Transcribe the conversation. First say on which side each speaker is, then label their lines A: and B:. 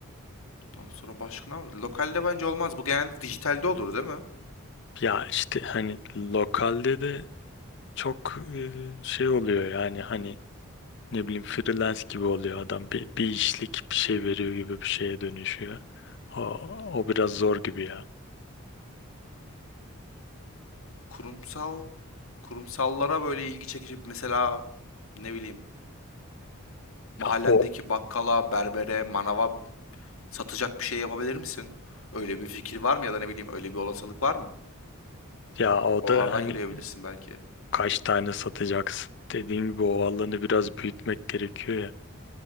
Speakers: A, on the left; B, on the left.
A: Ondan sonra başka ne var? Lokalde bence olmaz. Bu genelde dijitalde olur değil mi?
B: Ya işte hani lokalde de çok e, şey oluyor yani hani ne bileyim freelance gibi oluyor adam bir, bir işlik bir şey veriyor gibi bir şeye dönüşüyor. O, o biraz zor gibi ya.
A: Kurumsal, kurumsallara böyle ilgi çekici mesela ne bileyim mahallemdeki
B: Ya o
A: bakkala, berbere, manava satacak bir şey yapabilir misin? Öyle bir fikir var mı ya da ne bileyim öyle bir olasılık var mı?
B: ya o
A: Oralardan
B: da hani
A: yürüyebilirsin belki.
B: kaç tane satacaksın? Dediğim gibi o alanı biraz büyütmek gerekiyor ya.